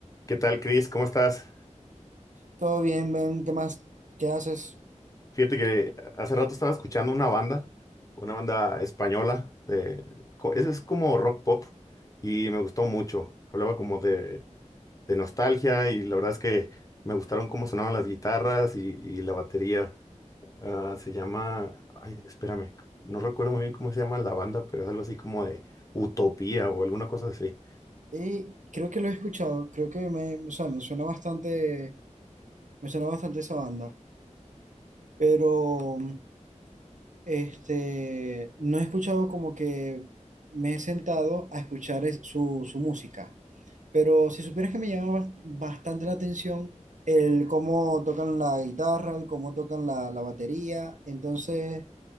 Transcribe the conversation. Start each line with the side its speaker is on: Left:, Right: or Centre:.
Left: ¿Qué tal, Chris? ¿Cómo estás?
Right: Todo bien, Ben, ¿qué más? ¿Qué haces?
Left: Fíjate que hace rato estaba escuchando una banda, una banda española, de, co- es, es como rock pop, y me gustó mucho. Hablaba como de, de nostalgia y la verdad es que me gustaron cómo sonaban las guitarras y, y la batería. Ah, se llama, ay, espérame, no recuerdo muy bien cómo se llama la banda, pero es algo así como de Utopía o alguna cosa así.
Right: Y creo que lo he escuchado, creo que me, o sea, me suena bastante, me suena bastante esa banda, pero este, no he escuchado como que me he sentado a escuchar es- su, su música, pero si supieras que me llama bas- bastante la atención el cómo tocan la guitarra, el cómo tocan la, la batería, entonces